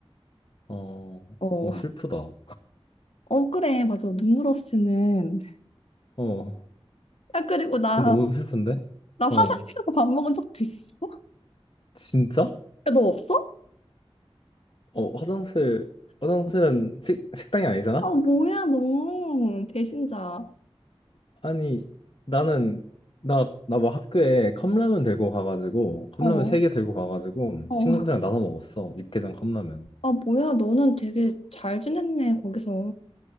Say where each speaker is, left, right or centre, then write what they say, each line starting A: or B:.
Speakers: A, on the left; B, on the left.
A: 어,
B: 어,
A: 어, 슬프다.
B: 어 그래 맞아 눈물 없이는
A: 어,
B: 야 그리고 나
A: 그건 너무 슬픈데?
B: 나 화장실에서
A: 어.
B: 밥 먹은 적도 있어
A: 진짜?
B: 야 너 없어?
A: 어, 화장실, 화장실은 식, 식당이 아니잖아?
B: 아 뭐야 너 배신자
A: 아니, 나는, 나, 나 막 학교에 컵라면 들고 가가지고, 컵라면
B: 어
A: 세 개 들고 가가지고,
B: 어
A: 친구들이랑 나눠 먹었어. 육개장 컵라면.
B: 아 뭐야 너는 되게 잘 지냈네 거기서